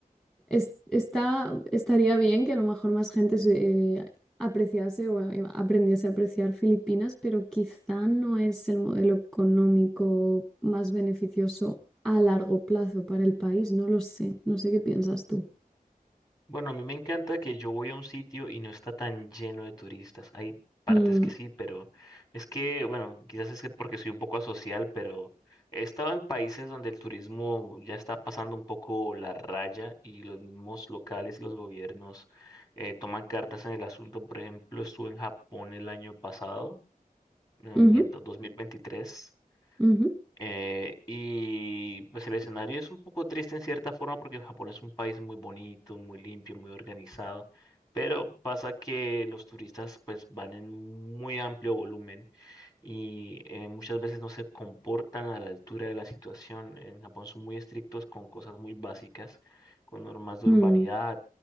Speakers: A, in the centre; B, on the left.
A: es- está, estaría bien que a lo mejor más gente se, eh, apreciase o eh, aprendiese a apreciar Filipinas, pero quizá no es el modelo económico más beneficioso a largo plazo para el país. No lo sé. No sé qué piensas tú.
B: Bueno, a mí me encanta que yo voy a un sitio y no está tan lleno de turistas. Hay partes
A: Mm,
B: que sí, pero es que, bueno, quizás es que porque soy un poco asocial, pero he estado en países donde el turismo ya está pasando un poco la raya y los mismos locales y los gobiernos eh, toman cartas en el asunto. Por ejemplo, estuve en Japón el año pasado, eh,
A: ujú,
B: miento, Ujú. 2023.
A: ujú,
B: Eh, y pues el escenario es un poco triste en cierta forma porque Japón es un país muy bonito, muy limpio, muy organizado, pero pasa que los turistas pues van en muy amplio volumen y eh, muchas veces no se comportan a la altura de la situación. En Japón son muy estrictos con cosas muy básicas, con normas de
A: mm,
B: urbanidad,